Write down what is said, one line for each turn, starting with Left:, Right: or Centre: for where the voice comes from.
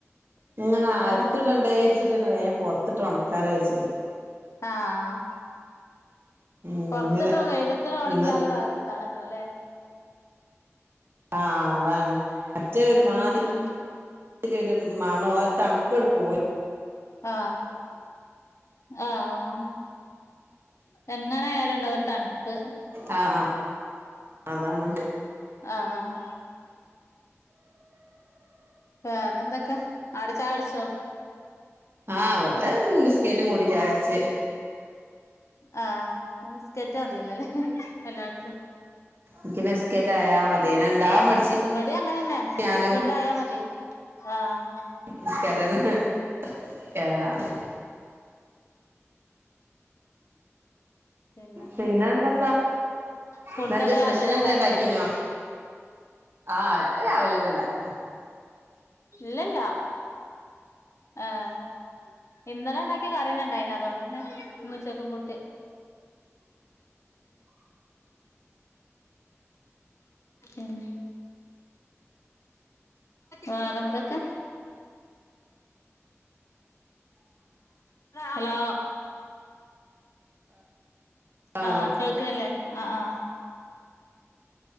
Right: ഇങ്ങനെ അകത്ത്
Left: ഏഹ്
Right: ഇടണ്ടേച്ചിട്ട് വേം പുറത്തിട്ട് ഉണക്കാലോ വെച്ചിട്ട്
Left: ആഹ്
Right: ഇങ്ങനെ
Left: പൊറത്തിട്ട വെയിലത്ത് ഒണങ്ങിയാല്
Right: ഇന്ന്
Left: വേറൊരുതാണല്ലോ അല്ലെ
Right: ആ അതാണ് മറ്റേ ഒരുമാതി
Left: ഉം ഉം
Right: രി ഒരു മണും തണുപ്പട് പോയി
Left: ആഹ് ആഹ് എങ്ങനൊയാലും ഉണ്ടാവും ഒര് തണ്പ്പ്
Right: ആ ആഹ് ആഹ് അതാണ്
Left: ആഹ് ആഹ് വേറെ എന്തൊക്കെ. ആരാ ചായുട്ച്ചൊ?
Right: ആഹ് വടെ ബിസ്കേറ്റും കൂട്ടി ചായുട് ച്ച്.
Left: ആഹ്. ബിസ്കേറ്റ് മതിയല്ലൊലെ എല്ലാർക്കും.
Right: ഇക്ക് ബിസ്കേറ്റ് ആയാ മതി. ഇണ്ടാവാൻ പഠിച്ച്
Left: വെടിം അങ്ങനെന്നെ.
Right: ഞാനും
Left: ബിസ്കേറ്റ് ആയാ മതി. ആഹ്
Right: ബിസ്‌കേറ്റെന്നെ. ഏഹ് ആഹ്
Left: പിന്നെന്താ
Right: പിന്നെ എന്തക്കാ.
Left: ഫുഡൊക്കെ
Right: ന്നെന്തെ സ്പെഷ്യലെന്തേം
Left: രാവിലെന്നെ ഇണ്ടാക്കിയോ
Right: ണ്ടാക്കീനൊ? ആഹ്. അത് രാവിലെന്നെ ണ്ടാക്കലാ.
Left: ഇല്ലല്ലാ. ഏഹ് ഇന്നലെ ണ്ടാക്കിയ കറിയെന്നെണ്ടായിന അതോണ്ടെന്നെ ഇന്ന് ഉച്ചക്കും കൂട്ട്യെ. ഉം വേറെന്തൊക്കെ? ഹലോ
Right: ആ
Left: ആഹ് കേക്ക്ൺല്ലെ. ആഹ് ആഹ്